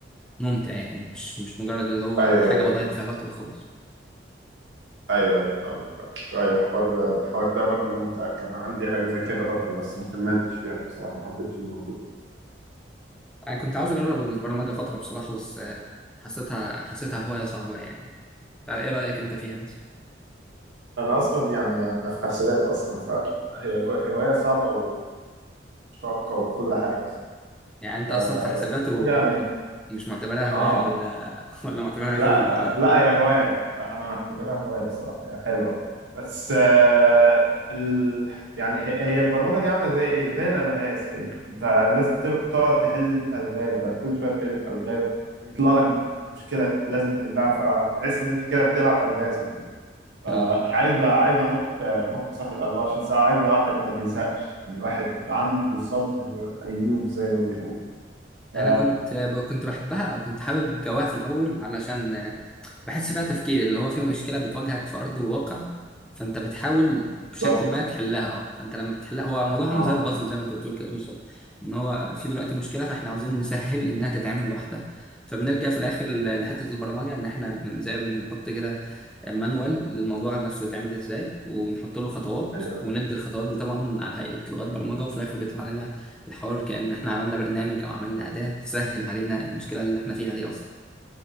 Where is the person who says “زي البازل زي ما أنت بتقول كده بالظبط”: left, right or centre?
Centre